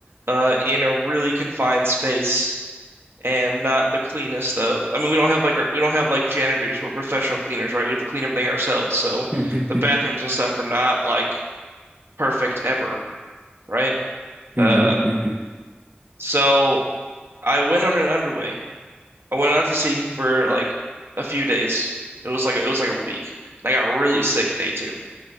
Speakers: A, on the right; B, on the right.
A: uh, in a really confined space and not the cleanest of. I mean, we don't have like our, we don't have like janitors who are professional cleaners, right? We have to clean everything ourselves. So
B: <laughs>
A: the bathrooms and stuff are not like perfect ever, right?
B: hmm
A: Uh,
B: <laughs> hmm
A: so I went on an underway I went out to sea for like a few days. It was like it was like a week. And I got really sick day two.